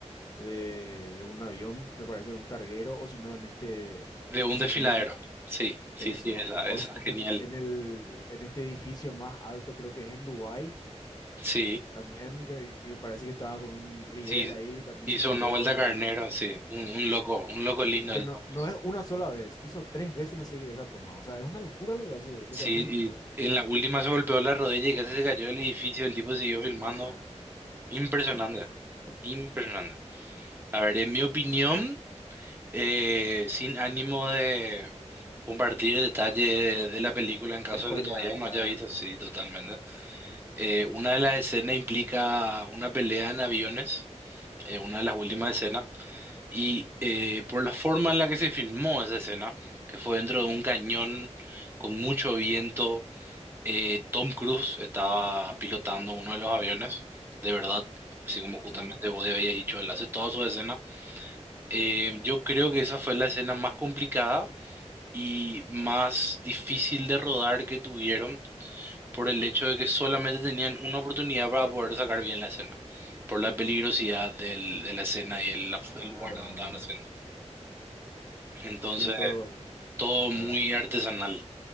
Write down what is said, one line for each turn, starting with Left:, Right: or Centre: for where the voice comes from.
Left: de, de un avión, me parece, de un carguero, o si no, en este
Right: De un
Left: que
Right: desfiladero.
Left: se tira,
Right: Sí, sí,
Left: eso.
Right: sí, esa,
Left: O,
Right: esa,
Left: s- o que
Right: genial.
Left: qui- en el, en este edificio más alto, creo que es en Dubái,
Right: Sí,
Left: también, que, que parece que estaba con un riel
Right: sí,
Left: ahí, también
Right: hizo
Left: se tiró,
Right: una vuelta
Left: increíble.
Right: carnero, sí, un, un
Left: Sí.
Right: loco, un loco lindo
Left: Y que
Right: del
Left: no,
Right: Tom Cruise.
Left: no es una sola vez, hizo tres veces no sé qué esa toma. O sea, es una locura lo que hace, lo
Right: Sí,
Left: que hace ese tipo.
Right: y en la última se golpeó la rodilla y casi se cayó del edificio, el tipo siguió filmando.
Left: Hija.
Right: Impresionante, impresionante. A ver, en mi opinión. Eh, sin ánimo de compartir detalles de de la película en caso
Left: De spoilear,
Right: de que todavía no
Left: claro.
Right: haya visto, sí, totalmente. Eh, una de las escenas implica una pelea en aviones, eh, una de las últimas
Left: Ok.
Right: escenas, y eh, por la forma en la que se filmó esa escena, que fue dentro
Left: ujú,
Right: de un cañón con mucho viento, eh, Tom Cruise estaba pilotando uno de los aviones, de verdad. Así como justamente
Left: Sí,
Right: vos habías dicho, él hace todas sus escenas. Eh, yo creo que esa fue la escena más complicada y más difícil de rodar que tuvieron por
Left: ok.
Right: el hecho de que solamente tenían una oportunidad para poder sacar bien la escena, por la peligrosidad del- de la escena y el,
Left: Ah.
Right: el lugar donde estaban haciendo. Entonces,
Left: Y el todo,
Right: todo
Left: claro.
Right: muy artesanal.